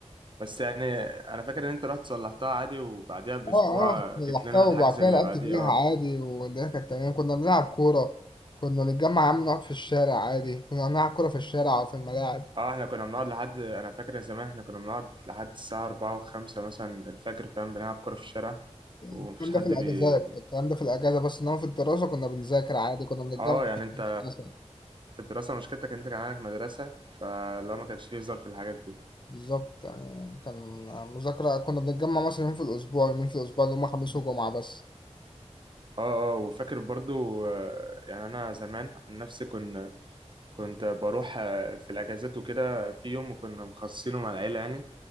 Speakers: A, on the right (about 40°); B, on the left (about 40°).
A: بس يعني انا فاكر ان انت رحت صلحتها عادي وبعديها باسبوع
B: اه اه لحظتها
A: جيت لنا
B: وبعد
A: الحجز
B: كده
A: اللي
B: لعبت
A: بعديه
B: فيها
A: اه
B: عادي والدنيا كانت تمام كنا بنلعب كوره كنا نتجمع يا عم نقعد في الشارع عادي كنا نلعب كوره في الشارع وفي الملاعب
A: اه احنا كنا بنقعد لحد انا فاكر زمان احنا كنا بنقعد لحد الساعة أربعة وخمسة مثلا الفجر فاهم بنلعب كورة في الشارع ومفيش
B: الكلام
A: حد
B: ده في الاجازات
A: بي
B: الكلام ده في الاجازه بس انما في الدراسه كنا بنذاكر عادي كنا بنتجمع
A: اه
B: في
A: يعني انت
B: الدراسة.
A: في الدراسة مشكلتك ان انت كان عندك مدرسة فلو ما كانش فيه هزار في الحاجات دي
B: بالظبط يعني كان مذاكره كنا بنتجمع مثلا يوم في الاسبوع يومين في الاسبوع اللي هم خميس وجمعه بس
A: اه اه وفاكر برضو آه، يعني انا زمان عن نفسي كنت كنت بروح آه، في الاجازات وكده في يوم كنا مخصصينه مع العيله يعني